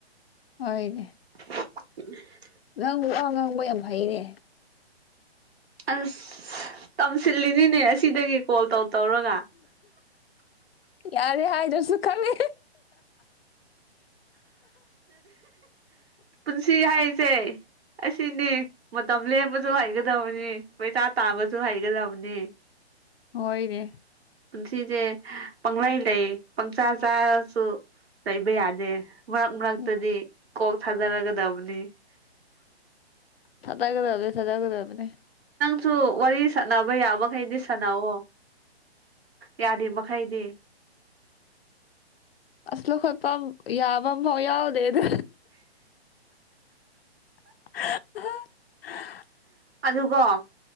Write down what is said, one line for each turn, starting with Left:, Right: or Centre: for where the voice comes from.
Left: ꯍꯣꯏꯅꯦ
Right: ꯎ
Left: ꯅꯪ ꯋꯥ ꯉꯥꯡꯕ ꯌꯥꯝ ꯐꯩꯅꯦ
Right: ꯑꯁ ꯇꯝꯁꯤꯜꯂꯤꯅꯤꯅꯦ ꯑꯁꯤꯗꯒꯤ ꯀꯣꯜ ꯇꯧ ꯇꯧꯔꯒ
Left: ꯌꯥꯔꯦ ꯍꯥꯏꯗ꯭ꯔꯁꯨ ꯈꯪꯂꯦ
Right: ꯄꯨꯟꯁꯤ ꯍꯥꯏꯁꯦ ꯑꯁꯤꯅꯤ ꯃꯇꯝ ꯂ ꯁꯨ ꯍꯩꯒꯗꯕꯅꯤ ꯄꯩꯁꯥ ꯇꯥꯕꯁꯨ ꯍꯩꯒꯗꯕꯅꯤ
Left: ꯑꯣꯏꯣꯏꯅꯦ
Right: ꯄꯨꯟꯁꯤꯁꯦ ꯄꯪꯂꯂꯩ ꯂꯩ ꯄꯪꯆꯥ ꯆꯥꯔꯁꯨ ꯂꯩꯕ ꯌꯥꯗꯦ ꯃꯔꯛ ꯃꯔꯛꯇꯗꯤ
Left: ꯎꯝ
Right: ꯀꯣꯛ ꯊꯥꯗꯔꯒꯗꯕꯅꯤ
Left: ꯊꯥ ꯇ ꯀꯗ ꯁꯖꯥꯎ ꯀꯗꯕꯅꯦ
Right: ꯁꯨ ꯋꯥꯔꯤ ꯁꯥꯟꯅꯕ ꯌꯥꯕꯈꯩꯗꯤ ꯁꯥꯟꯅꯑꯣ ꯌꯥꯔꯤ ꯃꯈꯩꯗꯤ
Left: ꯑꯁꯂꯣ ꯈꯣꯣꯏꯄ ꯌꯥꯕ ꯐꯥꯎ ꯌꯥꯎꯗꯦ ꯑꯗꯨ ꯎ
Right: ꯑꯗꯨꯒꯣ